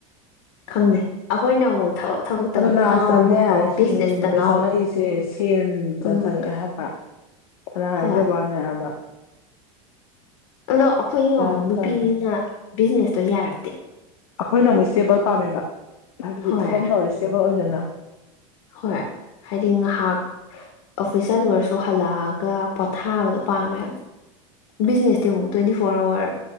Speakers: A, on the left; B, on the left.
A: ꯈꯪꯗꯦ ꯑꯩꯈꯣꯏꯅ ꯑꯃꯨꯛ ꯊꯕꯛ ꯊꯕꯛꯇ
B: ꯑꯗ ꯂꯥꯁꯇꯪꯅꯦ
A: ꯉꯥꯎꯋꯦ ꯃꯣꯏꯅ ꯑꯃꯨꯛ
B: ꯍꯤꯡꯕꯗ
A: ꯕꯤꯖꯤꯅꯦꯁꯇ ꯉꯥꯎꯔꯦ
B: ꯆꯪꯉꯛꯏꯁꯦ ꯁꯦꯟꯗ
A: ꯎꯝ
B: ꯆꯪꯉꯛꯑꯦ ꯍꯥꯏꯕ ꯐꯅ ꯍꯥꯏꯖꯕꯅꯦꯕ
A: ꯍꯣꯏ ꯑꯜꯂꯣ ꯑꯩꯈꯣꯏꯅ
B: ꯒ꯭ꯌꯥꯟ
A: ꯑꯃꯨꯛ
B: ꯑꯃ
A: ꯅꯨꯄꯤꯅꯤꯅ
B: ꯇꯥꯗꯦ
A: ꯕꯤꯖꯤꯅꯦꯁꯇꯣ ꯌꯥꯔꯦ
B: ꯑꯩꯈꯣꯏꯅ ꯃꯨꯦꯕ ꯎꯄꯥꯝꯕ ꯍꯥꯏꯕꯗꯤ
A: ꯍꯣꯏ
B: ꯊꯕꯝ ꯇꯧꯔꯤꯦ ꯏꯁꯇꯦꯕꯜ ꯑꯣꯏꯅꯅ
A: ꯍꯣꯏ ꯍꯥꯏꯗꯤ ꯉꯥꯏꯍꯥꯛ ꯑꯣꯐꯤꯁꯦꯜꯋꯔꯁꯨ ꯍꯜꯂꯛꯑꯒ ꯄꯣꯊꯥꯕꯗꯣ ꯄꯥꯝꯃꯦꯕ ꯕꯤꯖꯤꯅꯦꯁꯇꯤ ꯑꯃꯨꯛ ꯇ꯭ꯋꯦꯟꯇꯤ ꯐꯣꯔ ꯑꯋꯥꯔ